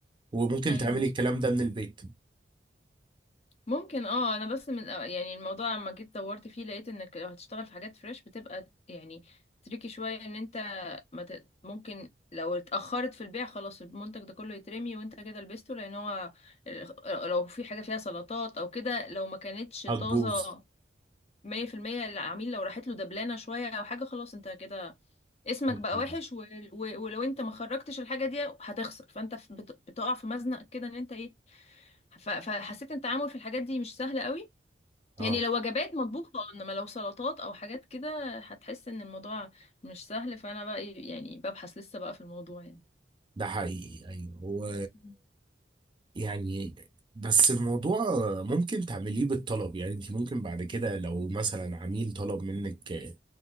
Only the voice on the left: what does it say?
ايوه
مظبوط
ممكن اه انا بس من آه، يعني الموضوع لما جيت دورت فيه لقيت انك لو هتشتغل في حاجات فريش بتبقى يعني تريكي شوية ان انت ما ت... ممكن لو اتأخرت في البيع خلاص المنتج ده كله يترمي وانت كده لبسته لان هو ال- لو في حاجة فيها سلطات او كده لو ما كانتش
طازة مية في المية العميل لو راحت له دبلانة شوية او حاجة خلاص انت كده اسمك
بقى وحش و... و... ولو انت ما خرجتش الحاجة دي هتخسر فانت في- بت... بتقع في مزنق كده ان انت ايه ف... فحسيت ان التعامل في الحاجات دي مش سهل قوي
يعني لو وجبات مطبوخة انما لو سلطات او حاجات كده هتحس ان الموضوع مش سهل فانا بقى إيه، يعني ببحث لسه بقى في الموضوع يعني
مم.